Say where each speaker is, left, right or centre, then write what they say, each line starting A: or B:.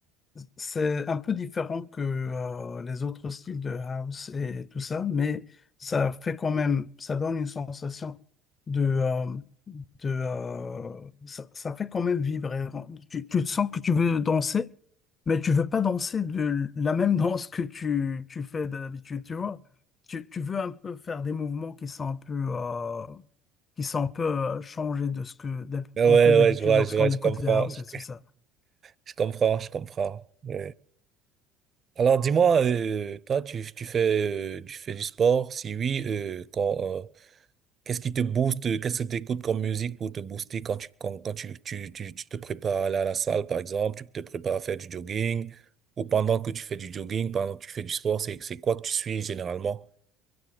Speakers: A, on the left; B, on the right.
A: c'est un peu différent que euh, les autres styles de house et tout ça, mais ça fait quand même, ça donne une sensation de euh, de, euh, ça, ça fait quand même vibrer. Tu, tu te sens que tu veux danser, mais tu veux pas danser de la même danse que tu, tu fais d'habitude, tu vois. Tu, tu veux un peu faire des mouvements qui sont un peu, euh, qui sont un peu euh, changés de ce que d'hab-
B: Ouais, ouais,
A: on fait d'habitude
B: ouais, je vois,
A: lorsqu'on
B: je vois,
A: écoute
B: je comprends,
A: les house
B: je
A: et tout ça.
B: Je comprends, je comprends. Oui. Alors, dis-moi, euh, toi, tu, tu fais, euh, tu fais du sport? Si oui, euh, quand, euh, qu'est-ce qui te booste? euh, Qu'est-ce que tu écoutes comme musique pour te booster quand tu, quand, quand tu, tu, tu, tu te prépares à aller à la salle, par exemple, tu te prépares à faire du jogging, ou pendant que tu fais du jogging, pendant que tu fais du sport, c'est, c'est quoi que tu suis généralement?